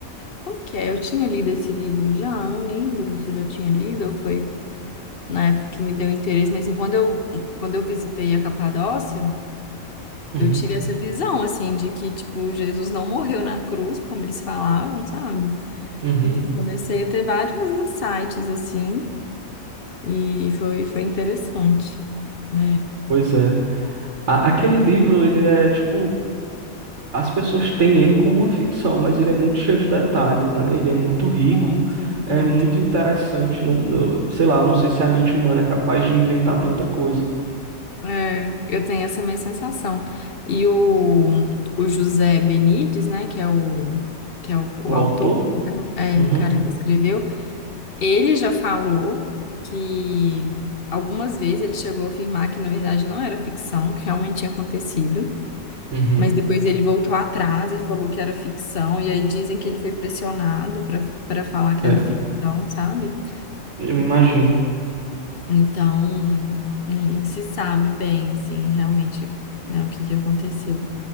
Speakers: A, on the left; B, on the right.
A: Como que é? Eu tinha lido esse livro já? Eu não lembro se eu já tinha lido ou foi na época que me deu interesse, mas assim, quando eu, quando eu visitei a Capadócia,
B: Uhum.
A: eu tive essa visão, assim, de que, tipo, Jesus não morreu na cruz, como eles falavam, sabe?
B: Uhum.
A: Enfim, comecei a ter vários insights, assim, e foi, foi interessante. É,
B: Pois é. A- aquele livro, ele é tipo As pessoas têm ele como uma ficção, mas ele é muito cheio de detalhes, né? Ele é muito rico,
A: muito,
B: é
A: ele é
B: muito
A: muito.
B: interessante. Não, não- sei lá, não sei se a mente humana é capaz de inventar tanta coisa.
A: É, eu tenho essa minha sensação. E o, o José Benítez, né, que é o, que é o, o
B: O
A: autor,
B: autor?
A: né, é
B: Uhum,
A: o cara que escreveu. Ele já falou que algumas vezes ele chegou a afirmar que, na verdade, não era ficção, que realmente tinha acontecido,
B: uhum,
A: mas depois ele voltou atrás e falou que era ficção, e aí dizem que ele foi pressionado para para falar que
B: É,
A: era ficção, sabe?
B: eu imagino.
A: Então, não, não se sabe bem, assim, realmente, né, o que que aconteceu.